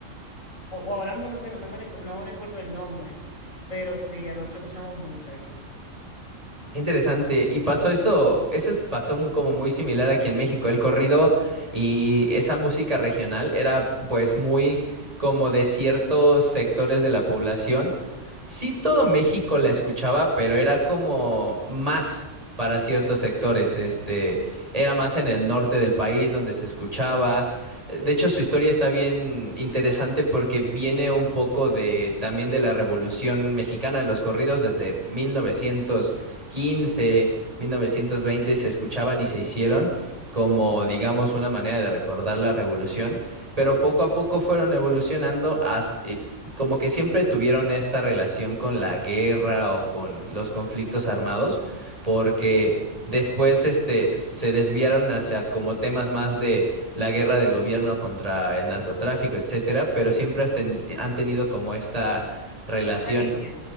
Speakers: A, on the left; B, on the right.
A: O, o ahora mismo no tengo, no me recu- no recuerdo el nombre, pero sí, a nosotros escuchamos mucho aquí.
B: Qué interesante. Y pasó eso, eso pasó mu- como muy similar aquí en México. El corrido y esa música regional era pues muy como de ciertos sectores de la población Sí, todo México la escuchaba, pero era como más para ciertos sectores. Este, era más en el norte del país donde se escuchaba. Eh, De hecho, su historia está bien interesante porque viene un poco de también de la Revolución Mexicana, los corridos desde 1915, 1920 se escuchaban y se hicieron como, digamos, una manera de recordar la revolución, pero poco a poco fueron evolucionando as- eh, como que siempre tuvieron esta relación con la guerra o con los conflictos armados, porque
A: Sí,
B: después este se desviaron hacia como temas más de la guerra del gobierno contra el narcotráfico, etcétera, pero siempre has ten- han tenido como esta relación.
A: esa línea.